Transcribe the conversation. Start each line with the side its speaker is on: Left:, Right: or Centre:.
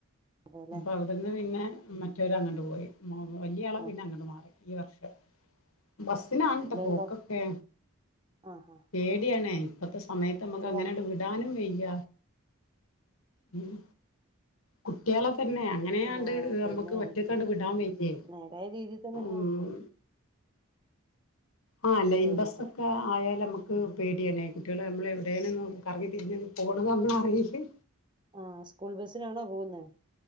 Right: അതെല്ലെ
Left: അപ്പൊ അവിടന്ന് പിന്നെ. മ്മ <unintelligible> <unintelligible> അങ്ങട്ട് പോയി വല്ല്യ ആള്
Right: ആ
Left: പിന്നെ അങ്ങട്ട് മാറി ഈ വർഷം ബസിനാണ്
Right: പിള്ളേര്
Left: ട്ടോ പോക്കൊക്കെ
Right: ഭക്ഷ ആ ആ
Left: പേടിയാണേ ഇപ്പത്തെ സമയത്ത് നമ്മക്ക്
Right: മക്കള്
Left: അങ്ങനട്
Right: ഭക്ഷ
Left: വിടാനും- വയ്യ ഉം കുട്ടികള് - പിന്നെ അങ്ങനെയാണ്ട്
Right: ആ അതന്നെ
Left: അമ്മക്ക് വിടാൻ വയ്യേ
Right: നേരായ രീതിയിൽ തന്നെ
Left: ഉംമ്
Right: പോയി
Left: ആ ലൈൻ
Right: അതെ
Left: ബസ്സ
Right: അതെ
Left: ഒക്കെ ആയാൽ നമുക്ക് പേടിയാണേ കുട്ടികള് നമ്മള് എവിടേലും ഒന്ന് കറങ്ങി തിരിഞ്ഞ് അങ്ങ് പോണത് ഒന്നും അറിയില്ല
Right: ആ സ്കൂൾ ബസിനാണോ പോകുന്നേ